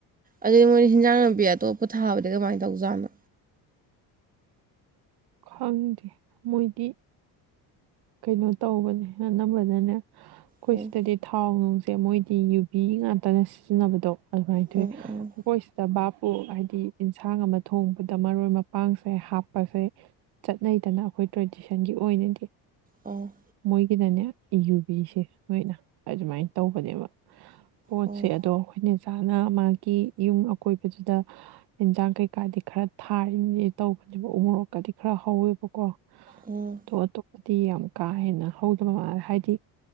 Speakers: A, on the right (about 20°); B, on the right (about 60°).
A: ꯑꯗꯩ ꯃꯣꯏꯅ ꯍꯤꯟꯖꯥꯡ ꯅꯥꯄꯤ ꯑꯇꯣꯞꯄ ꯊꯥꯕꯗꯤ ꯀꯃꯥꯏꯅ ꯇꯧꯖꯥꯠꯅꯣ
B: ꯈꯪꯗꯦ ꯃꯣꯏꯗꯤ ꯀꯩꯅꯣ ꯇꯧꯕꯅꯦ ꯑꯅꯝꯕꯅꯅꯦ ꯑꯩꯈꯣꯏ
A: ꯎꯝ
B: ꯁꯤꯗꯗꯤ ꯊꯥꯎ ꯅꯨꯡꯁꯦ ꯃꯣꯏꯗꯤ ꯒꯤ ꯉꯥꯛꯇꯅ ꯁꯤꯖꯤꯟꯅꯕꯗꯣ ꯑꯗꯨꯃꯥꯏꯅ ꯇꯧꯋꯏ
A: ꯎꯝ ꯎꯝ
B: ꯑꯩꯈꯣꯏ ꯇꯕꯥꯄꯨ ꯍꯥꯏꯗꯤ ꯌꯦꯟꯁꯥꯡ ꯑꯃ ꯊꯣꯡꯕꯗ ꯃꯔꯣꯏ ꯃꯄꯥꯡꯁꯦ ꯍꯥꯞꯄꯁꯦ ꯆꯠ ꯅꯩꯗꯅ ꯑꯩꯈꯣꯏ ꯇ꯭ꯔꯦꯗꯤꯁꯟꯒꯤ ꯑꯣꯏꯅꯗꯤ
A: ꯑꯣ
B: ꯃꯣꯏꯒꯤꯅꯅꯦ ꯌꯨꯕꯤꯁꯦ ꯅꯣꯏꯅ ꯑꯗꯨꯃꯥꯏꯅ ꯇꯧꯕꯅꯦꯕ ꯄꯣꯠꯁꯦ
A: ꯑꯥ
B: ꯑꯗꯣ ꯑꯩꯈꯣꯏꯅ ꯆꯥꯅ ꯃꯥꯒꯤ ꯌꯨꯝ ꯑꯀꯣꯏꯕꯁꯤꯗ ꯏꯟꯁꯥꯡ ꯀꯩꯀꯥꯗꯤ ꯈꯔ ꯊꯥꯔꯤꯅꯤ ꯇꯧꯕꯅꯦꯕ ꯎ ꯃꯣꯔꯣꯛꯀꯗꯤ ꯈꯔ ꯍꯧꯋꯦꯕꯀꯣ
A: ꯎꯝ
B: ꯑꯇꯣꯞ ꯑꯇꯣꯞꯄꯗꯤ ꯌꯥꯝ ꯀꯥ ꯍꯦꯟꯅ ꯍꯧꯗꯕ ꯃꯥꯜꯂꯦ ꯍꯥꯏꯗꯤ